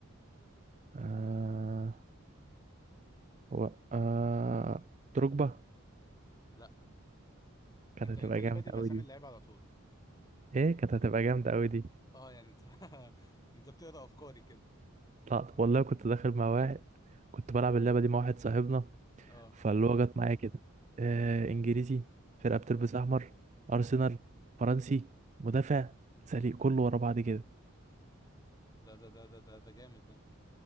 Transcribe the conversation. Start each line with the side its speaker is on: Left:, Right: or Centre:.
Right: آه هو آه دروجبا
Left: لا
Right: كانت
Left: انت
Right: هتبقى
Left: انت ليه
Right: جامده
Left: بادئ بأسامي
Right: قوي دي
Left: اللعيبة على طول
Right: ايه كانت هتبقى جامده قوي دي
Left: اه يعني انت <laughs> انت بتقرأ أفكاري كده
Right: لا والله كنت داخل مع واحد كنت بلعب اللعبه دي مع واحد صاحبنا
Left: اه
Right: فاللي هو جت معايا كده آه انجليزي فرقه بتلبس احمر ارسنال فرنسي مدافع سليق كله ورا بعض كده
Left: ده ده ده ده ده ده جامد ده